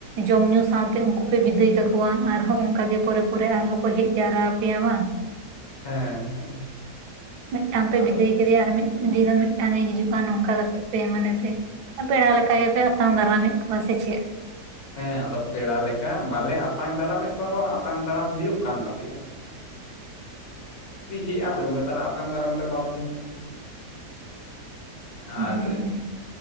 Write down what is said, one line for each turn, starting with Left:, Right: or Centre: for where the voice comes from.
Right: ᱡᱚᱢ ᱧᱩ ᱥᱟᱶᱛᱮ ᱩᱱᱠᱩ ᱯᱮ ᱵᱤᱫᱟᱹᱭ ᱠᱟᱠᱚᱣᱟ ᱟᱨᱦᱚᱸ ᱚᱱᱠᱟᱜ ᱜᱮ ᱯᱚᱨᱮ ᱯᱚᱨᱮ ᱟᱨᱦᱚᱸ ᱠᱚ ᱦᱮᱡ ᱡᱟᱣᱨᱟᱣᱟ ᱯᱮᱭᱟ ᱵᱟᱝ
Left: ᱦᱮᱸ ᱦᱮᱸ
Right: ᱢᱤᱫᱴᱟᱝ ᱯᱮ
Left: ᱟᱫᱚ
Right: ᱵᱤᱫᱟᱹᱭ ᱠᱮᱫᱮᱭᱟ ᱟᱨ ᱢᱤᱫ ᱫᱤᱱ ᱦᱚᱸ ᱢᱤᱫᱴᱟᱝ ᱮ ᱦᱤᱡᱩᱜᱼᱟ ᱱᱚᱝᱠᱟ ᱠᱟᱛᱮᱜ ᱯᱮ ᱢᱟᱱᱮ ᱯᱮ ᱯᱮᱲᱟ ᱞᱮᱠᱟ ᱜᱮᱯᱮ ᱟᱛᱟᱝ ᱫᱟᱨᱟᱢ ᱢᱮᱫ ᱠᱚᱣᱟ ᱥᱮ ᱪᱮᱫ
Left: ᱦᱮᱸ ᱟᱫᱚ ᱯᱮᱲᱟ ᱞᱮᱠᱟ ᱵᱟᱞᱮ ᱟᱛᱟᱝ ᱫᱟᱨᱟᱢᱮᱫ ᱠᱚ ᱨᱮᱦᱚᱸ ᱟᱛᱟᱝ ᱫᱟᱨᱟᱢ ᱦᱩᱭᱩᱜ ᱠᱟᱱ ᱛᱟᱞᱮᱭᱟ <unintelligible> ᱟᱛᱟᱝ ᱫᱟᱨᱟᱢ ᱛᱮ ᱵᱟᱫᱫᱷᱚ ᱟᱨ
Right: ᱦᱮᱸ